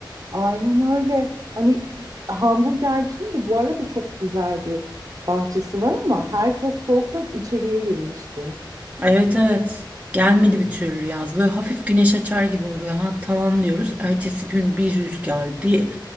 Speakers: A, on the right (about 45°); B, on the right (about 15°).
A: Aynen öyle. Hani hamburgercinin de bu arada çok güzel bir bahçesi var ama herkes soğuktan içeriye girmişti.
B: Evet evet. Gelmedi bir türlü yaz. Böyle hafif güneş açar gibi oluyor. Ha tamam diyoruz. Ertesi gün bir rüzgar, bir